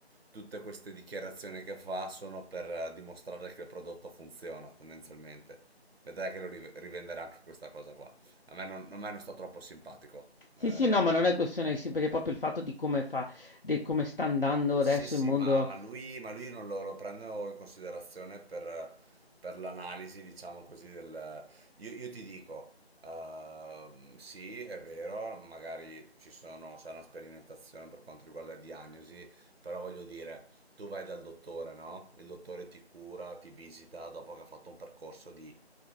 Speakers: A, on the right; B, on the left.
A: tutte queste dichiarazioni che fa sono per eh, dimostrare che il prodotto funziona tendenzialmente. Vedrai che lo riv- rivenderà anche questa cosa qua. A me non, a me non sta troppo simpatico
B: Sì,
A: eh,
B: sì, no, ma
A: lui.
B: non è questione di sì, perché è proprio il fatto di come fa di come sta andando adesso
A: Sì, sì,
B: il mondo
A: ma, ma lui, ma lui non lo, lo prendo in considerazione per, per l'analisi, diciamo così, del... Io, io ti dico, ehm, sì, è vero, magari ci sono, c'è una sperimentazione per quanto riguarda le diagnosi, però voglio dire, tu vai dal dottore, no? Il dottore ti cura, ti visita dopo che ha fatto un percorso di